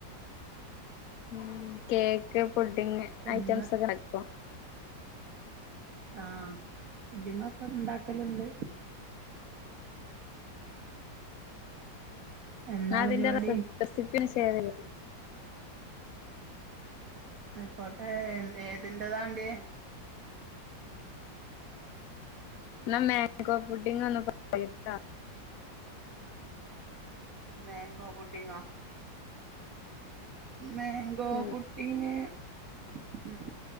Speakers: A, on the left (about 60°); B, on the right (about 50°).
A: ഉ കേക്ക് പുഡിങ്
B: എന്താ
A: ഐറ്റംസ് ഒക്കെ ആക്കും
B: ആഹ് പുഡിങ്ങൊക്കെ ണ്ടാക്കലുണ്ട് എന്നാ
A: ആ അതിന്റെ
B: പരിപാടി
A: റെസി റെസിപ്പി ഷെയർ <unintelligible>
B: ആയിക്കോട്ടെ എ ഏതിന്റെതാണ്ടിയെ
A: എന്നാ മാങ്കോ പുഡിങ്ങൊന്നും പറയു <unintelligible> ട്ടാ
B: മാങ്കോ പുഡിങ്ങൊ മങ്കോ
A: ഉം
B: പുട്ടിങ്ങ് ഉം